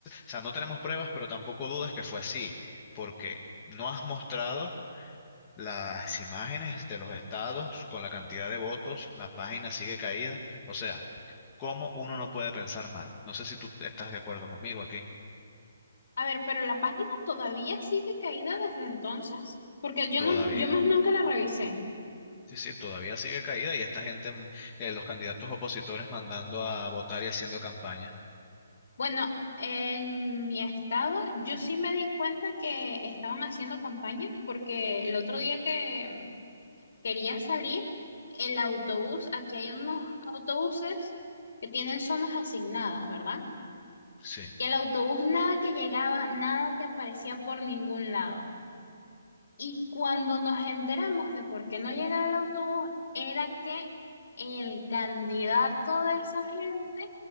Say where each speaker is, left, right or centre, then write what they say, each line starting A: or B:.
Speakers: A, on the left (about 15°); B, on the left (about 55°).
A: sea, no tenemos pruebas, pero tampoco dudas que fue así, porque no has mostrado las imágenes de los estados con la cantidad de votos, la página sigue caída, o sea, ¿cómo uno no puede pensar mal? No sé si tú estás de acuerdo conmigo aquí,
B: A ver, pero la página todavía sigue caída desde entonces, porque yo
A: todavía.
B: no, yo más nunca la revisé.
A: Sí, sí, todavía sigue caída y esta gente, mm, eh, los candidatos opositores mandando a votar y haciendo campaña.
B: Bueno, en mi estado, yo sí me di cuenta que estaban haciendo campaña, porque el otro día que quería salir, el autobús, aquí hay unos autobuses que tienen zonas asignadas, ¿verdad?
A: Sí,
B: Y el autobús nada que llegaba, nada que aparecía por ningún lado. Y cuando nos enteramos de por qué no llegaba el autobús, era que el candidato de esa gente